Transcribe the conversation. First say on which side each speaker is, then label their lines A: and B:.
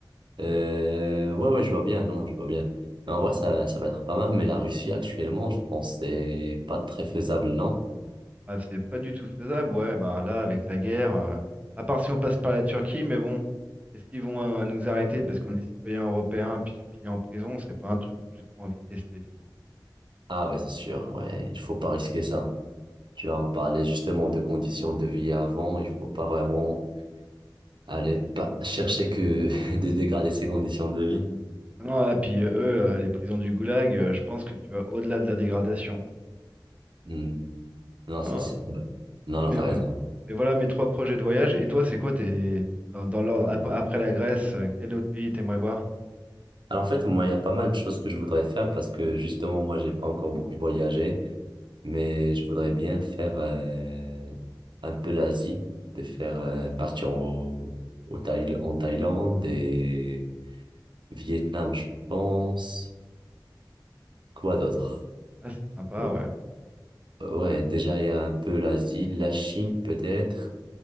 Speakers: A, on the right; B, on the right.
A: Euh, ouais, ouais, je vois bien. Non, non, je vois bien. Mais en vrai, ça, ça va être pas mal. Mais la Russie, actuellement, je pense que c'est pas très faisable, non?
B: Ah, c'est pas du tout faisable, ouais, bah là, avec la guerre, euh, à part si on passe par la Turquie, mais bon, est-ce qu'ils vont euh, nous arrêter parce qu'on est citoyen européen, puis tu finis en prison, c'est pas un truc dont j'ai trop envie de tester, tu vois.
A: Ah ouais, c'est sûr. Ouais, il faut pas risquer ça. Tu vois, on parlait justement de conditions de vie avant. Il faut pas vraiment aller pas chercher que <laughs> de dégrader ses conditions de vie.
B: Ah Non, ah, puis euh, eux, euh, les prisons du Goulag, euh, je pense que tu vas au-delà de la dégradation.
A: Hmm. Non,
B: Ah,
A: c'est
B: non,
A: c'est- ouais. Non,
B: ah,
A: non,
B: mais,
A: t'as
B: mais
A: raison.
B: mais voilà mes trois projets de voyage, et toi, c'est quoi tes, dans, dans l'ordre, ap- après la Grèce, euh, quel autre pays t'aimerais voir?
A: Alors en fait, moi, il y a pas mal de choses que je voudrais faire parce que justement, moi, j'ai pas encore beaucoup voyagé. mais je voudrais bien faire euh, un peu l'Asie, de faire euh, partir en, au Thaï- en Thaïlande et Vietnam, je pense. Quoi d'autre?
B: Ah, c'est sympa,
A: Bon,
B: ouais.
A: euh, ouais, déjà il y a un peu l'Asie, la Chine peut-être.